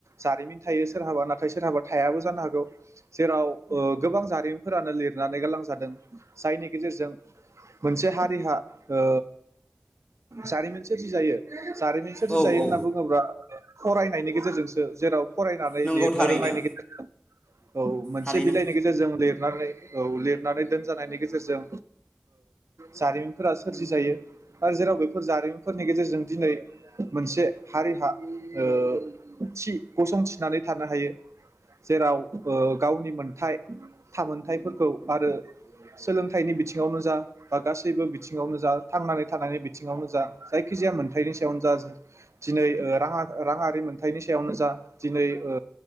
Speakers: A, on the right; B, on the left.
A: जारिमिन थायो सोरहाबा नाथाय सोरहाबा थायाबो जानो हागौ जेराव ओ गोबां जारिमिनफोरानो लिरनानै गालां जादों। जायनि गेजेरजों मोनसे हारिहा ओ जारिमिन सोरजि जायो। जारिमिन सोर जि
B: औ
A: जायो
B: औ
A: होनना बुङोब्ला। फरायनायनि गेजेरजोंसो जेराव फरायनानै
B: नंगौ
A: लिरनो
B: थारैनो
A: रोंनायनि गेजेरजों औ मोनसे
B: थारैनो
A: बिलाइनि गेजेरजों लिरनानै औ लिरनानै दोन जानायनि गेजेरजों जारिमिनफोरा सोरजि जायो आरो जेराव बेफोर जारिमिनफोरनि गेजेरजों दिनै मोनसे हारिहा ओ थि गसं थिनानै थानो हायो जेराव ओ गावनि मोनथाइ थामोनथाइफोरखौ आरो सोलोंथाइनि बिथिङावनो जा बा गासैबो बिथिङावनो जा थांनानै थानायनि बिथिङावनो जा जायखिजाया मोनथाइनि सायावनो जा दिनै राङा राङारि मोनथायाइनि सायावनो जा दिनै ओ